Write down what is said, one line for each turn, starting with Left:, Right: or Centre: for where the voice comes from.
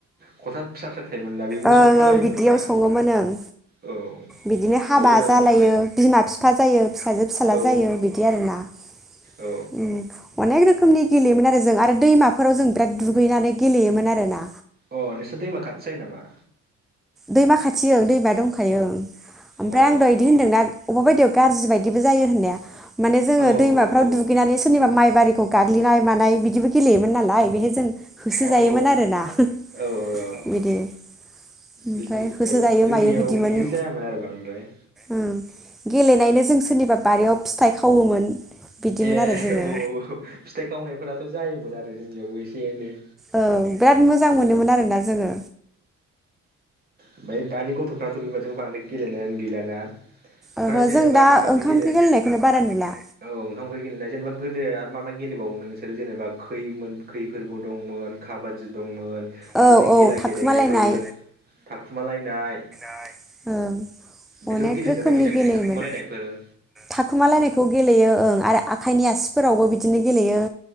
Right: खथा फिसा फिसा थायोमोनब्ला बेबो
Centre: ओं
Right: संफ्लालायोमोनब्रा
Centre: ओं बिदियाव सङोमोन ओं
Right: औ
Centre: बिदिनो हाबा
Right: अर जरायलायनानै
Centre: जालायो बिमा बिफा जायो फिसाजो फिसाज्ला
Right: औ
Centre: जायो बिदि आरो <unintelligible>
Right: औ
Centre: रोखोमनि गेलेयोन आरो जों आरो दैमाफोराव जों बिराद दुगैनानै गेलेयोमोन आरो ना
Right: अ नोंसोर दैमा खाथि जायो नामा?
Centre: दैमा खाथि ओ दैमा दंखायो ओमफ्राय
Right: अ
Centre: आं दा बिदि
Right: औ
Centre: होन्दों ना अबेबा बायदियाव गाज्रि बायदि जायो होननाया माने जोङो
Right: औ
Centre: दैमाफ्राव
Right: औ अ औ
Centre: दुगैनानै सोरनिबा माइ बारिखौ गाग्लिनाय मानाय बिदिबो गेलेयो नालाय बेहाय जों होसो जायोमोन
Right: औ
Centre: आरोना बिदि
Right: औ औ औ
Centre: ओमफ्राय
Right: बिदि
Centre: होसोजायो
Right: औ जोंनियाव
Centre: मायो बिदिमोन
Right: बिदि जायामोन आरो बांद्राय
Centre: ओं गेलेनायनो जों सोरनिबा बारियाव फिथाइ खावोमोन बिदिमोन
Right: ए
Centre: आरो जोङो
Right: औ औ औ फिथाइ खावनायफोराथ' जायोमोन आरो जोंनियावबो एसे एनै
Centre: औ बिराद मोजां मोनोमोन
Right: औ
Centre: आरोना जोङो।
Right: ओमफ्राय दानि गथ'फ्राथ' बेबादि बांद्राय गेलेनायानो गैलाना ओमफ्राय
Centre: ओहो
Right: जेनेबा
Centre: जों दा
Right: माबादि
Centre: ओंखाम
Right: गेले
Centre: ओंख्रि गेलेनायखौनो बारा नुला
Right: औ ओंखाम ओंख्रि गेलेनाय जेनेबा गोदो आरो मा मा गेलेबावोमोन नोंसोरो जेनेबा खैमोन खैफोरबो दंमोन काबादि दंमोन बिदिनो
Centre: औ औ
Right: गिला
Centre: थाखुमालायनाय
Right: गेलेनायफोर थाखुमालायनाय
Centre: <inaudible>
Right: बिदिखौ
Centre: अनेक
Right: गेलेदोंना
Centre: रोखोमनि
Right: गेलेयाखै
Centre: गेलेयोमोन
Right: थाखुमालायनायफोर
Centre: थाखुमालायनायखौ गेलेयो ओं। आरो आखाइनि आसिफोरावबो बिदिनो गेलेयो